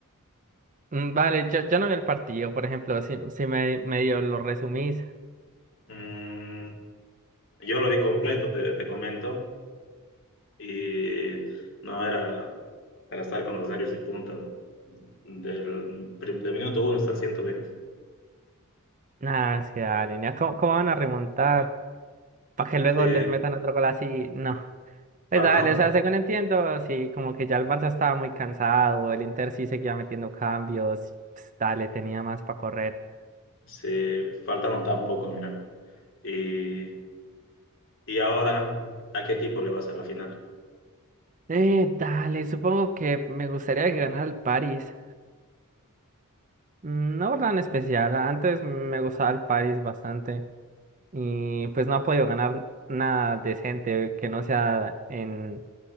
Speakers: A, on the right (about 35°); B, on the left (about 60°).
A: Mm, Vale, yo, yo no vi el partido, por ejemplo, si, si me, medio lo resumís.
B: Mm, yo lo vi completo, te, te comento. Y no era para estar con los nervios de punta, del, prim- del minuto uno hasta el ciento veinte
A: Ah, sí, dale, nea, ¿Cómo, cómo van a remontar? Para que luego
B: Sí,
A: les metan otro gol así. No. Pues
B: faltaron,
A: dale, o sea, según entiendo, sí, como que ya el Barça estaba muy cansado, el Inter sí seguía metiendo cambios, pues, dale, tenía más para correr.
B: se faltaron tan poco, mira. Y, y ahora, ¿a qué equipo le vas a la final?
A: Eh, dale, supongo que me gustaría que ganara el París. Mm, No por nada en especial, antes me gustaba el París bastante y pues no ha podido ganar nada decente que no sea en,